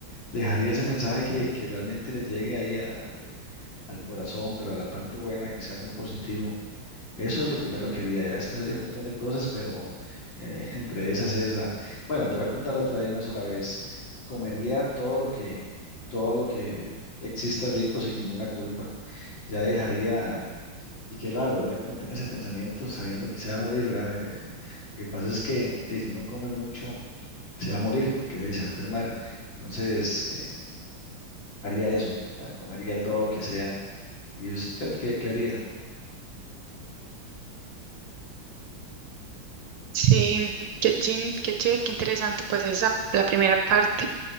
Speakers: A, on the left; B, on the right.
A: dejaría ese mensaje que, que realmente le llegue ahí a la- al corazón, pero a la parte buena, que sea muy positivo. Eso es lo primero que haría. Ya después haría un montón de cosas, pero eh, <laughs> entre esas esa. Bueno, te voy a contar otra de una sola vez. Comería todo lo que, todo lo que exista rico sin ninguna culpa. Ya dejaría, y qué raro, ¿verdad? Que uno tenga ese pensamiento sabiendo que se va a morir, ¿verdad? <laughs> Lo que pasa es que eh, si uno come mucho, se va a morir porque eh, se va a enfermar. Entonces, eh, haría eso, eh, comería todo lo que sea. ¿Y usted qué, qué haría?
B: Sí, qué chin, qué chido, qué interesante, pues esa la primera parte.